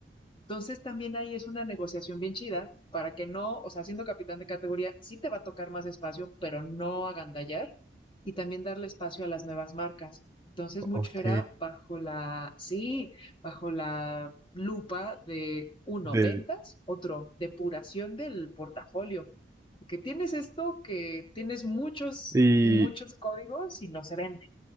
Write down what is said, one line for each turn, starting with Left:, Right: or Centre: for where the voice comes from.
Left: Entonces también ahí es una negociación bien chida para que no, o sea, siendo capitán de categoría, sí te va a tocar más espacio, pero no agandallar y también darle espacio a las nuevas marcas. Entonces
Right: Ok.
Left: mucho era bajo la, sí, bajo la lupa de uno,
Right: de-
Left: ventas, otro, depuración del portafolio. Que tienes esto, que tienes muchos,
Right: y,
Left: muchos códigos y no se venden,